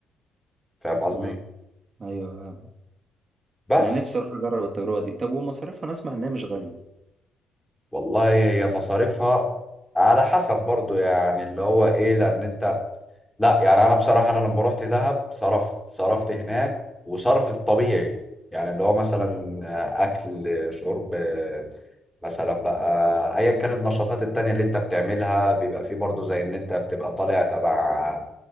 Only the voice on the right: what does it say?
امم ايوه فاهم.
انا نفسي اروح اجرب التجربه دي طب ومصاريفها انا اسمع انها مش غاليه